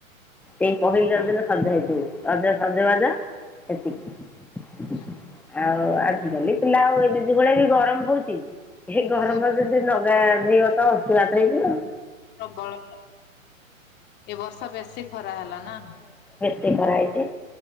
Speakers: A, in the centre; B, on the left (about 25°).
A: ଏ ପହିଲି
B: ଆଚ୍ଛା
A: ରଜ ଦିନ ସନ୍ଧ୍ୟା ହେଇଛି। ରଜ ସଜ ବାଜା ସେତିକି <inaudible>
B: ହୁଁ
A: ଆଉ ଆ ଗଲି ପିଲା ଆଉ ଏ ଦି ଯ ଭଳିଆ ବି ଗରମ ହଉଛି। ଏ ଗରମ
B: ହୁଁ
A: ରେ ଯଦି ନ ପୁରା ଦିହ ଅଂଶୁଘାତ ହେଇଯିବ।
B: ପ୍ରବଳ ଏ ବର୍ଷ ବେଶୀ ଖରା। ପା ହେଲା ନା
A: ସେ ଖରା ହେଇଛି।